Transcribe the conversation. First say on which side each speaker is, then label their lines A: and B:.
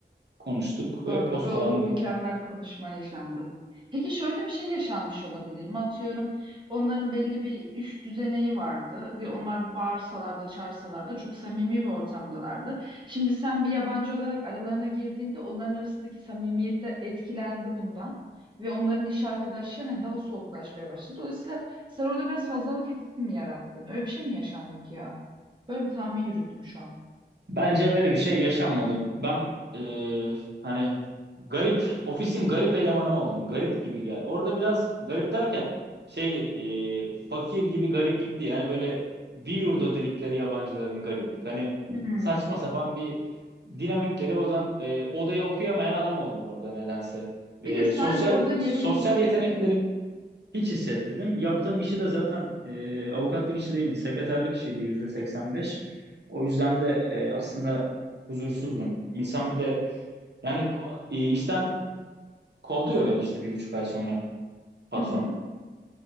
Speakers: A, on the right; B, on the right.
A: Konuştuk
B: Sonra
A: ve postalandım.
B: da o mükemmel konuşma yaşandı. Peki şöyle bir şey yaşanmış olabilir mi? Atıyorum onların belli bir üst düzeneği vardı ve onlar bağırsalar da çağırsalar da çok samimi bir ortamdalardı. Şimdi sen bir yabancı olarak aralarına girdiğinde onların arasındaki samimiyet de etkilendi bundan. Ve onların iş arkadaşı hani daha soğuklaşmaya başladı. Dolayısıyla sen orada biraz fazlalık etkisi mi yarattın? Öyle bir şey mi yaşandı ki ya? Böyle bir tahmin yürüttüm şu an.
A: Bence öyle bir şey yaşanmadı. Ben e, hani garip ofisin garip elemanı oldum. Garip gibi gel. Orada biraz garip derken şey değil, e, fakir gibi gariplikti. Yani böyle yurda dedikleri yabancıların gariplik. Hani
B: Hmm.
A: saçma sapan bir dinamikleri bozan e, odayı okuyamayan adam oldum orada nedense. E,
B: Bir de sen
A: sosyal
B: orada yerinde
A: sosyal
B: hissetmedin.
A: yeteneklerim hiç hissetmedim. Yaptığım işi de zaten e, avukatlık işi değildi. Sekreterlik işiydi yüzde 85. O yüzden de e, aslında huzursuzdum. İnsan bir de yani e, işten kovduyor beni işte bir buçuk ay sonra patron.
B: Hı hı.